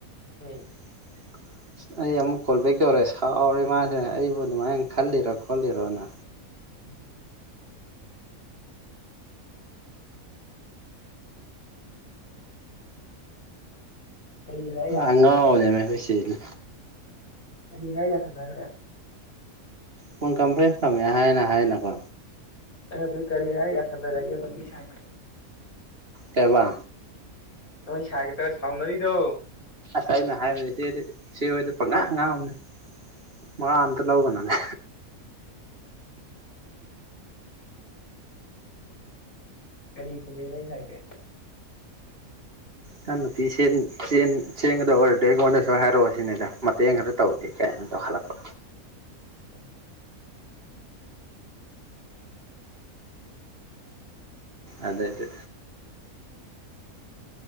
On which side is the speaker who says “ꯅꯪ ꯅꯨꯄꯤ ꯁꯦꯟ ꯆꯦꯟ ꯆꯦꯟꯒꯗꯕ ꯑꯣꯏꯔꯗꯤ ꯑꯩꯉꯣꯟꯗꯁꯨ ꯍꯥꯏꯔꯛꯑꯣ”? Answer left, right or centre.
Right